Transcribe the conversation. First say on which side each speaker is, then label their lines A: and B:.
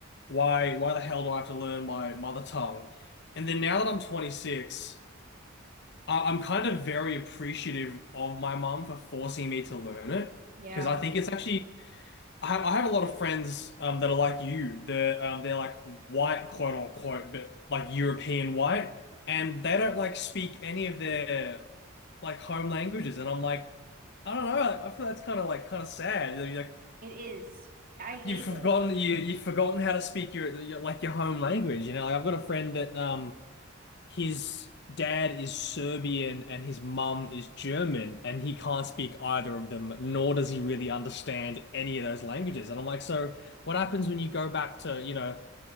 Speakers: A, on the left (about 60°); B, on the right (about 45°).
A: Why, why the hell do I have to learn my mother tongue? And then now that I'm 26, I- I'm kind of very appreciative of my mum for forcing me to learn it
B: Yeah,
A: because I think it's actually I have, I have a lot of friends um, that are like you. They're um, they're like white, quote unquote, but like European white, and they don't like speak any of their like home languages. And I'm like, I don't know. I feel that's kind of like kind of sad. You're like
B: it is. I hate
A: you've forgotten
B: it.
A: you you've forgotten how to speak your, your like your home language. You know, like I've got a friend that um his dad is Serbian and his mum is German, and he can't speak either of them, nor does he really understand any of those languages. And I'm like, so what happens when you go back to, you know,